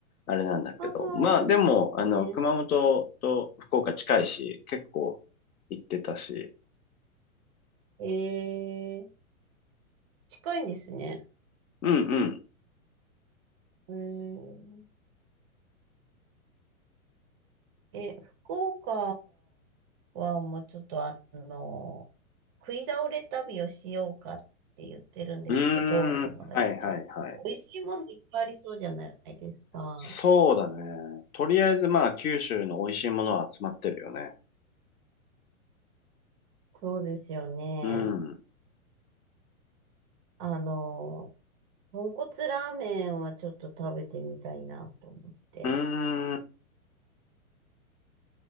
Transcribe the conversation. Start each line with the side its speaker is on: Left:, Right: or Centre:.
Left: あれなんだけど、
Right: ああー、
Left: まあ、
Right: そうなんですね。
Left: でも、あの、熊本と福岡近いし、結構行ってたし、
Right: えー、近いんですね。
Left: うん
Right: えーえ、福岡はもうちょっとあの、食い倒れ旅をしようかって言ってるんですけど、
Left: うん。うーん、
Right: 友達と。
Left: はいはいはい。
Right: 美味しいものいっぱいありそうじゃないですか。
Left: そうだね。とりあえず、まあ、九州の美味しいものは集まってるよね。
Right: そうですよね。
Left: うん。う
Right: あの、豚骨ラーメンはちょっと食べてみたいなと思って。
Left: ーん。